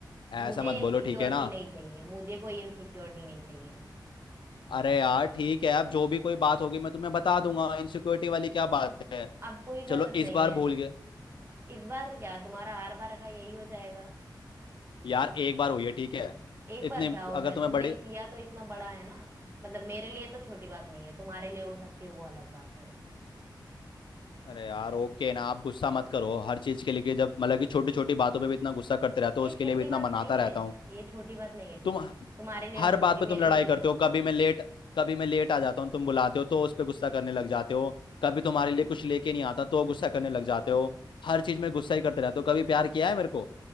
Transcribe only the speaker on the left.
ऐसा
मत
बोलो ठीक है ना
अरे यार ठीक है अब जो भी कोई बात होगी मैं तुम्हें बता दूंगा इनसिक्योरिटी वाली क्या बात है
चलो
इस बार
भूल गए
यार एक बार हुई है ठीक है
इतने
अगर
तुम्हें
बड़ी
अरे यार ओके ना आप गुस्सा मत करो हर चीज के लिए कि जब मतलब कि छोटी छोटी बातों पे भी इतना गुस्सा करते रहते हो
उसके
लिए भी इतना
मनाता
रहता
हूँ
तुम
हर
बात
पे तुम
लड़ाई
करते हो
कभी मैं लेट कभी मैं लेट आ जाता हूँ तुम बुलाते हो तो उस पे गुस्सा करने लग जाते हो कभी तुम्हारे लिए कुछ लेके नहीं आता तो गुस्सा करने लग जाते हो हर चीज में गुस्सा ही करते रहते हो कभी प्यार किया है मेरे को